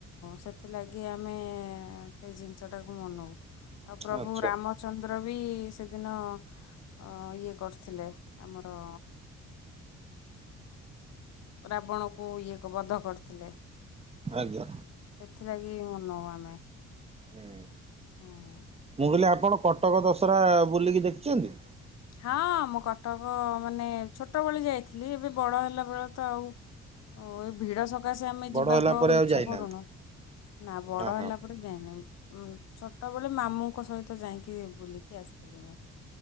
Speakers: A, on the left; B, on the right.
A: ସେଥିଲାଗି ଆମେ ସେଇ ଜିନିଷଟାକୁ ମନଉ। ଆଉ ପ୍ରଭୁ
B: ଆଚ୍ଛା
A: ରାମଚନ୍ଦ୍ର ବି ସେଦିନ ଅ ଇଏ କରିଥିଲେ ଆମର ରାବଣକୁ ଇଏ ବଧ କରିଥିଲେ।
B: ଆଜ୍ଞା
A: ସେଥିଲାଗି ମନଉ ଆମେ।
B: ଉଁ
A: ହୁଁ
B: ମୁ କହିଲି ଆପଣ କଟକ ଦଶହରା ବୁଲିକି ଦେଖିଛନ୍ତି?
A: ହଁ ମୁଁ କଟକ ମାନେ ଛୋଟବେଳେ ଯାଇଥିଲି ଏବେ ବଡ଼ ହେଲାବେେଳେ ତ ଆଉ ଓ ଏଇ ଭିଡ ସକାଶେ ଆମେ ଯିବାକୁ
B: ବଡ ହେଲା
A: ଆଉ
B: ପରେ
A: ଇଛା
B: ଯାଇନାହାନ୍ତି
A: କରୁନୁ ନା ବଡ
B: ହଁ ହଁ
A: ହେଲା ପରେ ଯାଇନି ଛୋଟବେେଳେ ମାମୁଙ୍କ ସହିତ ଯାଇକି ବୁଲିକି ଆସିଥିଲି ମୁଁ।